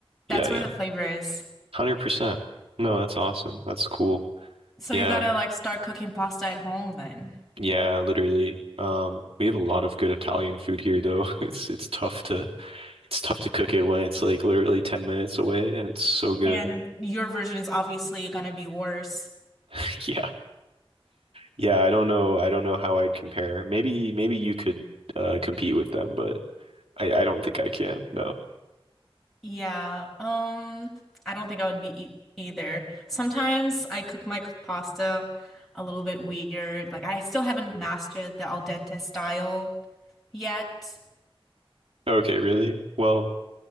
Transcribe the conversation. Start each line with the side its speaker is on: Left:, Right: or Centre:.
Centre: That's
Right: Yeah,
Centre: where
Right: yeah.
Centre: the
Right: 100%.
Centre: flavor is.
Right: No, that's awesome. That's cool.
Centre: So
Right: Yeah.
Centre: you gotta like start cooking pasta at home then.
Right: Yeah, literally. Um, we have a lot of good Italian food here though. <laughs> It's it's tough to it's tough to cook it when it's like literally 10 minutes away and it's so good.
Centre: And your version is obviously gonna be worse.
Right: <laughs> Yeah. Yeah, I don't know. I don't know how I'd compare. Maybe maybe you could uh compete with them, but I I don't think I can. No.
Centre: Yeah, um, I don't think I would be e either. Sometimes I cook my pasta a little bit weird. Like I still haven't mastered the al dente style yet.
Right: Okay, really? Well,